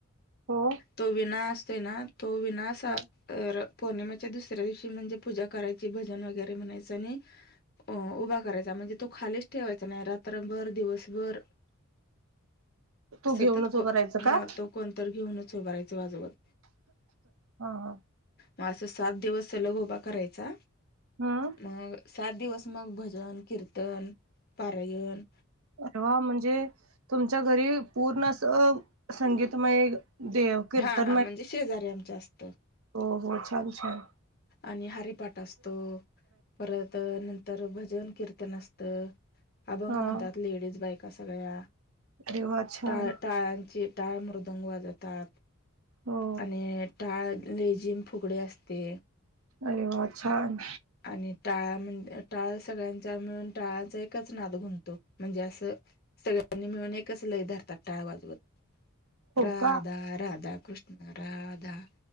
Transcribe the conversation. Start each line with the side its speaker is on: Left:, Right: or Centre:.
Right: हो.
Left: तो विना असतोय ना तो विना सा
Right: हां.
Left: र पौर्णिमा दुसऱ्या दिवशी म्हणजे पूजा करायची भजन वगैरे म्हणायच आणि अ उभा करायचा म्हणजे तो खालीच ठेवायचा नाही रात्रभर, दिवसभर
Right: तू
Left: सतत
Right: घेऊनच उभं
Left: को
Right: राहायचं
Left: हा
Right: का
Left: तो कोणतर घेऊनच उभारायच वाजवत.
Right: हा.
Left: म असं सात दिवस त्याला उभा करायचा
Right: हम्म.
Left: मग सात दिवस मग भजन, कीर्तन, पारायण
Right: परवा म्हणजे तुमच्या घरी पूर्ण असं संगीतमय देव कीर्तनमय
Left: हा हा म्हणजे शेजारी आमच्या असतं.
Right: हो हो छान छान.
Left: आणि हारीपाट असतो परत नंत तर भजन कीर्तन असतं अभंग
Right: हां.
Left: म्हणतात लेडीज बायका सगळ्या.
Right: अरे वाह! छान.
Left: टाळ टाळ्यांची टाळ मृदंग वाजतात.
Right: हो.
Left: आणि टाळ ले जिम फुगडे असते.
Right: अरे वा छान.
Left: आणि टाळा म्हण टाळ सगळ्यांचा मिळून टाळाचा एकच नाद गुणतो म्हणजे असं सगळ्यांनी मिळून एकच लय धरतात टाळ वाजवत जवत
Right: हो
Left: राधा
Right: का?
Left: राधा कृष्ण राधा